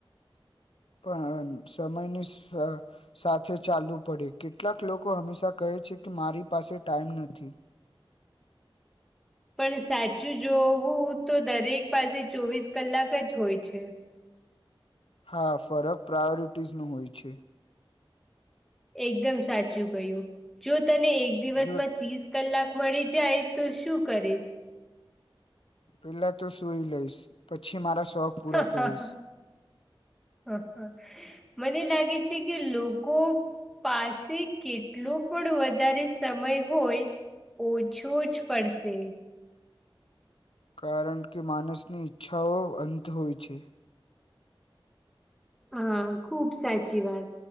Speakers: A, on the left; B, in the centre.
A: પણ આમ સમયનો સદ સાથે ચાલવુ પડે કેટલાક લોકો હંમેશા કહે છે કે મારી પાસે ટાઈમ નથી.
B: પણ સાચું જોવું તો દરેક પાસે ચોવીસ કલાક જ હોય છે.
A: હા ફરક પ્રાયોરિટીઝ ની હોય છે.
B: એકદમ સાચું કહ્યું. જો તને એક દિવસમાં
A: જો
B: ત્રીસ કલાક મળી જાય તો શું કરીશ?
A: પેલા તો સુઈ લઈશ પછી મારા શોખ પૂરા
B: હા
A: કરીશ.
B: હા હા હા. મને લાગે છે કે લોકો પાસે કેટલું પણ વધારે સમય હોય. ઓછો જ પડશે.
A: કારણ કે માનસની ઈચ્છાઓ અંત હોય છે.
B: હા ખુબ સાચી વાત